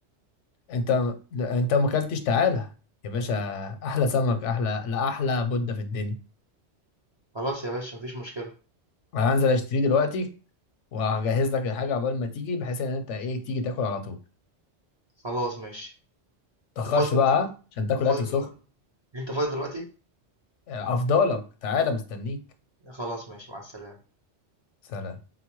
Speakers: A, on the left (about 85°); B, on the right (about 40°).
A: انت انت ما اكلتش تعالى يا باشا احلى سمك احلى لا احلى بودة في الدنيا
B: خلاص يا باشا مفيش مشكله
A: انا هنزل اشتريه دلوقتي وهجهز لك الحاجه عقبال ما تيجي بحيث ان انت ايه تيجي تاكل على طول
B: خلاص ماشي انت
A: متأخرش
B: فاضي دلوقتي
A: بقى عشان تاكل
B: انت فاضي
A: اكل
B: دلوقتي
A: سخن
B: انت فاضي دلوقتي
A: افضلك تعالى مستنيك
B: خلاص ماشي مع السلامه
A: سلام